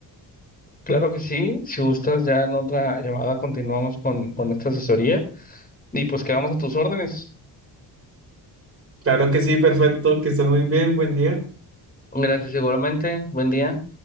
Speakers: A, on the left; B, on the right.
A: Claro que sí, si gustas, ya en otra llamada continuamos con, con esta asesoría y pues quedamos a tus órdenes.
B: Claro que sí, perfecto, que estés muy bien, buen día.
A: Gracias igualmente, buen día.